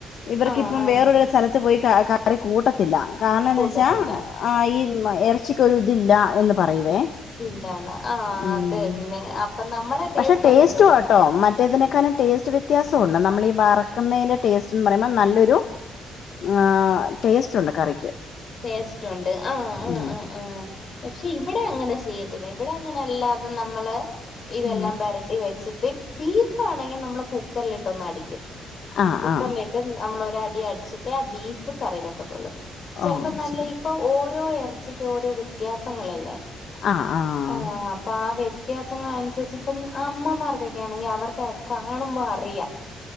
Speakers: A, on the left (about 65°); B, on the left (about 45°).
A: ഇവർക്ക്
B: ആ
A: ഇപ്പം
B: ആ
A: വേറൊരു സ്ഥലത്ത് പോയി ക ആരെ കൂട്ടത്തില്ല കാരണം
B: കൂട്ടത്തില്ല
A: എന്ന് വെച്ചാ ആ ഈ എ ച്ചക്ക് ഒരു ഇതില്ല എന്ന് പറയുവേ
B: ഇല്ലാണ് ആഹ
A: ഉം
B: അത് തന്നെ ആ നമ്മടെ
A: പക്ഷെ ടേസ്റ്റ്
B: അല്ലല്ലോ
A: വാട്ടോ,
B: വേ
A: മറ്റേതിനേക്കാളും ടേസ്റ്റ് വ വ്യത്യാസമുണ്ട്, നമ്മൾ ഇ വറക്കുന്നതിന്റെ ടേസ്റ്റ് പറയുബം നല്ലൊരു ആ, ടേസ്റ്റ് ഉണ്ട് കറി
B: ടേസ്റ്റ് ഉണ്ട് ആഹ് ആ
A: ഉം
B: ആ ആ പക്ഷെ ഇവിടെ അങ്ങനെ ചെയ്യത്തില്ല, ഇവിടെ അങ്ങനെ അല്ലാതെ നമ്മള് ഇതെല്ലാം
A: ഉം
B: വരട്ടി വെച്ചി ബീഫ് ആണെങ്കിൽ നമ്മള് കുക്കറിലിട്ട് ഒന്ന് അടിക്കും
A: ആ
B: കുക്കറിലിട്ട്
A: ആ
B: നമ്മളൊ അടി അടിച്ചിട്ടേ ആ ബീഫ് കറി വെക്കത്തൊള്ളു. ചിലപ്പോ
A: ഓ
B: നല്ല
A: ശരി
B: ഇപ്പൊ ഓരോ എർ ഇറച്ചിക്കും ഓരോ വ്യത്യാസങ്ങലില്ലേ?
A: ആ ആ
B: ആഹ് പ്പാ വേ ത്യാസങ്ങളൻസരിചിപം അമ്മമാർകൊക്ക്യാണെങ്കിൽ അവർക് കാണുംബം അറിയാ